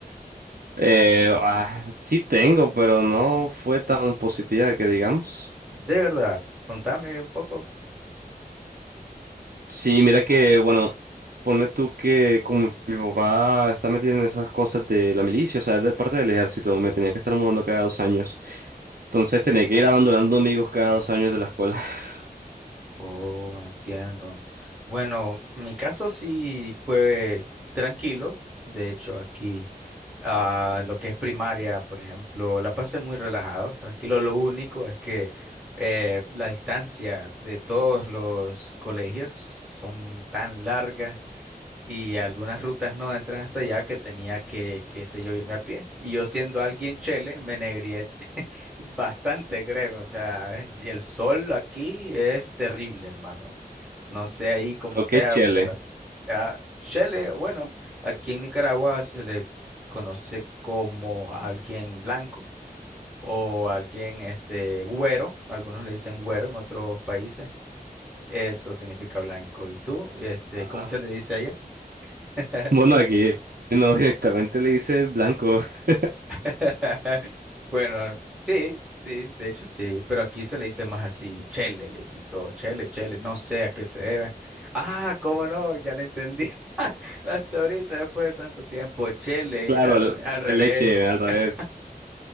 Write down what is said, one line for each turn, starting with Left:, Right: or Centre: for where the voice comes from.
Right: Eh, ah, sí tengo, pero no fue tan positiva que digamos.
Centre: De verdad, contame un poco.
Right: Sí, mira que, bueno, ponle tú que como mi papá está metido en esas cosas de la milicia, o sea, es de parte del ejército, me tenía que estar mudando cada dos años. Entonces tenía que ir abandonando amigos cada dos años de la escuela. <laughs>
Centre: Oh, entiendo. Bueno, mi caso sí fue tranquilo. De hecho, aquí, ah, lo que es primaria, por ejemplo, la pasé muy relajado, tranquilo. Lo único es que eh, la distancia de todos los colegios son tan largas y algunas rutas no entran hasta allá que tenía que, qué sé yo, irme a pie. Y yo siendo alguien chele, me negré Bastante, créeme, o sea, y el sol aquí es terrible, hermano. No sé ahí cómo
Right: Pero
Centre: sea,
Right: qué chele.
Centre: pero a Chele, bueno, aquí en Nicaragua se le conoce como alguien blanco o alguien este güero, algunos le dicen güero en otros países. Eso significa blanco. ¿Y tú, este,
Right: Ah,
Centre: cómo se le dice allá? <laughs>
Right: Bueno, aquí no <laughs> directamente le dice blanco. <laughs>
Centre: <laughs> Bueno, sí, sí, de hecho sí, pero aquí se le dice más así, chele, le dicen todo, chele, chele, no sé a qué se debe. Ah, cómo no, ya le entendí. <laughs> Hasta ahorita, después de tanto tiempo, chele,
Right: Claro,
Centre: al,
Right: el-
Centre: re- al revés.
Right: el leche al revés.
Centre: <laughs>